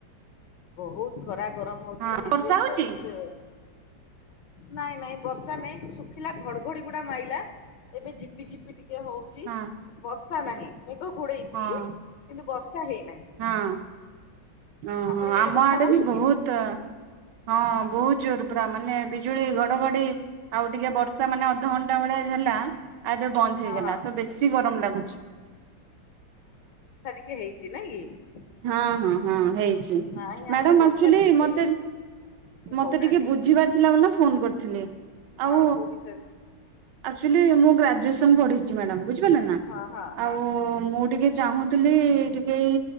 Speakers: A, on the left; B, on the right.
A: ବହୁତ ଖରାପ ଗରମ ହଉଥିଲା
B: ହଁ
A: ଏବେ
B: ବର୍ଷା ହଉଛି?
A: ଜଷ୍ଟ ନାଇଁ ନାଇଁ ବର୍ଷା ନାଇଁ ଶୁଖିଲା ଘଡଘଡି ଗୁଡା ମାଇଲା ଏବେ ଝିପି ଝିପି ଟିକେ ଟିକେ ହଉଛି
B: ହଁ
A: ବ ହସା ନାହିଁ। ମେଘ ଘୋଡେଇଛି
B: ହଁ
A: କିନ୍ତୁ ବର୍ଷା ହେଇନାହିଁ।
B: ହଁ। ଓହୋ
A: ଆପଣଙ୍କ
B: ଆମ
A: ବର୍ଷା
B: ଆଡେ
A: ହଉଛି
B: ବି ବହୁତ
A: କି?
B: ହଁ ବହୁତ ଜୋର ପୁରା ମାନେ ବିଜୁଳି ଘଡଘଡି ଆଉ ଟିକେ ବର୍ଷା ମାନେ ଅଧଘଣ୍ଟା ବେଳେଆ ହେଲା। ଆବେ ବନ୍ଦ
A: ହଁ
B: ହେଇଗଲା
A: ହଁ
B: ତ ବେଶୀ ଗରମ ଲାଗୁଚି
A: ଟିକଏ ହେଇଛି ନାଇଁ କି।
B: ହଁ ହଁ ହଁ ହେଇଛି
A: ନାଇଁ
B: ମ୍ୟାଡ଼ାମ
A: ଆମର ବର୍ଷା
B: ଆକ୍ଚୁଆଲି
A: ବିଲକୁଲ
B: ମୋତେ
A: ନାହିଁ।
B: ମୋତେ
A: କହୁନାହାନ୍ତି।
B: ଟିକେ ବୁଝିବାର ଥିଲା ବୋଲି ଫୋନ୍ କରିଥିଲି
A: ହଁ
B: ଆଉ
A: କୋଉ ବିଷୟରେ
B: ଆକ୍ଚୁଲି ମୁଁ ଗ୍ରାଜୁଏସନ୍ ପଢ଼ିଛି ମ୍ୟାଡ଼ାମ। ବୁଝିପାରିଲ ନା
A: ହଁ ହଁ ହଁ
B: ଆଉ ମୁଁ ଟିକେ ଚାହୁଁଥିଲି। କେଇ